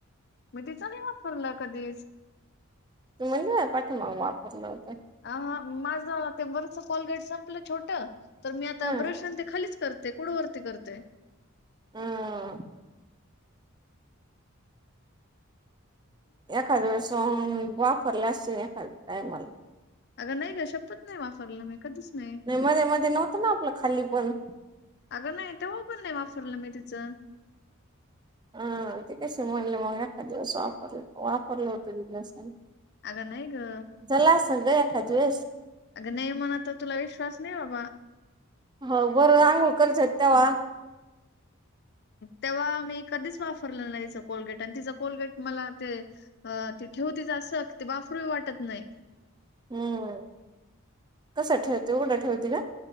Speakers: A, on the left; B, on the right.
A: मी तिचा नाही वापरलं कधीच
B: तू म्हणली ना पाठीमागं वापरलं होतं
A: अ माझं ते वरच कोलगेट संपलं छोट तर मी आता
B: हं
A: ब्रशन ते खालीच करते कुठवर ती करते
B: हा एखाद वेळेस वापरला असत एका टाइमला
A: अग नाही ग शपथ नाही वापरलं मी कधीच नाही
B: मध्ये मध्ये नव्हतं ना आपलं खाली पण
A: अगं नाही तेव्हा पण नाही वापरलं मी तिचं
B: हा ते कस म्हणल मग एका दिवस वापर वापरलं होतं जिज्ञासा
A: अग नाही ग
B: झालं असल ग एखाद वेळेस
A: अग नाही म्हणत तुला विश्वास नाही बाबा
B: हो बरं अंघोळ करशात तेव्हा
A: तेव्हा मी कधीच वाफरलं नाही याचं कोलगेट आणी तिचं कोलगेट मला ते अ ती ठेवतीच असं ते वापरूवी वाटत नाही
B: हम्म कस ठेव ती उघडं ठेवती का